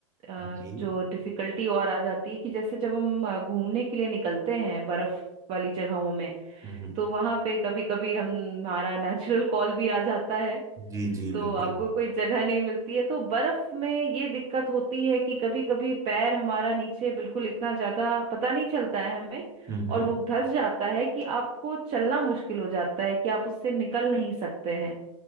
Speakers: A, on the right; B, on the right.
A: अ,
B: जी
A: जो डिफिकल्टी और आ जाती है कि जैसे जब हम अ, घूमने के लिए निकलते हैं बर्फ वाली जगहों में
B: हम्म
A: तो वहां पे कभी कभी हम हमारा नेचुरल कॉल भी आ जाता है
B: जी जी
A: तो
B: बिल्कुल
A: आपको कोई जगह नहीं मिलती है तो बर्फ में ये दिक्कत होती है कि कभी कभी पैर हमारा नीचे बिल्कुल इतना ज्यादा पता नहीं चलता है हमें
B: हम्म
A: और
B: हम्म
A: वो धंस जाता है कि आपको चलना मुश्किल हो जाता है कि आप उससे निकल नहीं सकते हैं